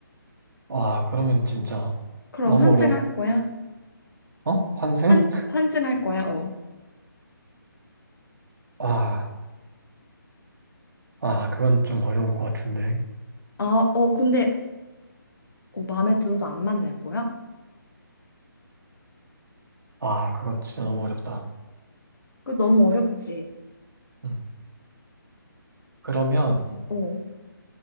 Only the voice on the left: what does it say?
그럼
환승할
거야?
환, 환승할 거야? 어.
아, 어, 근데 어, 마음에 들어도 안 만날 거야?
그 너무 어렵지.
어,